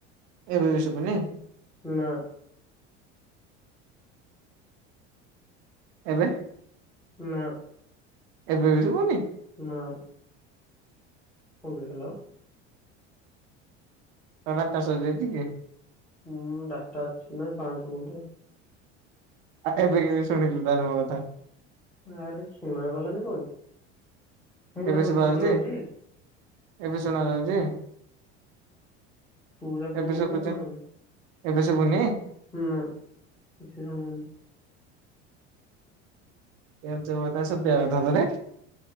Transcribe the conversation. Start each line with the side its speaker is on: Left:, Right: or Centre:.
Right: ଏବେ ବି ଶୁଭୁନି
Centre: ନା
Right: ଏବେ
Centre: ନା
Right: ଏବେ ବି ଶୁଭୁନି
Centre: ନାଁ କଣ କରୁଥିଲ?
Right: ତା ଡ଼ାଟା ସରି ଜେଇଛି କି?
Centre: ହୁଁ ଡାଟା ଅଛି ନା ପାଞ୍ଚଶହ ଖଣ୍ଡେ
Right: ଏବେ କେମିତି ଶଣିଲୁ ତାହେଲେ ମୋ କଥା?
Centre: ଆରେ ଶୁଣା ଗଲାନି କଣ? ମୁଁ ଯାହା
Right: ଏବେ
Centre: କହୁଥିଲି
Right: ଶୁଭା ଯାଉଛି
Centre: ଶୁଣା ହଉଛି
Right: ଏବେ ଶୁଣାଯାଉଛି?
Centre: ତୁ ଯାହା କହୁଛୁ
Right: ଏବେ
Centre: ମୋତେ
Right: ଶୁଭୁଛି
Centre: କଣ ଶୁଣା ହଉନି
Right: ଏବେ ଶୁଭୁନି।
Centre: ନା କିଛି ଶୁଭୁନି।
Right: ଏ ତୋ କଥା ସୁଭିଆ କଥା ପରା।